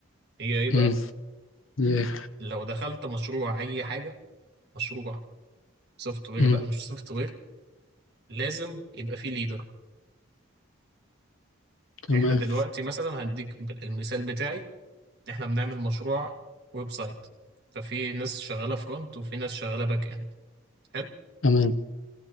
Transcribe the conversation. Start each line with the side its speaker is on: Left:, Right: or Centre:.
Right: هي ايه بقى
Left: امم ياه.
Right: لو دخلت مشروع اي حاجه مشروع سوفت وير
Left: امم
Right: بقى مش سوفت وير لازم يبقى فيه ليدر
Left: تمام
Right: احنا دلوقتي مثلا هديك المثال بتاعي احنا بنعمل مشروع ويب سايت ففي ناس شغاله فرونت وفي ناس شغاله باك اند حلو
Left: تمام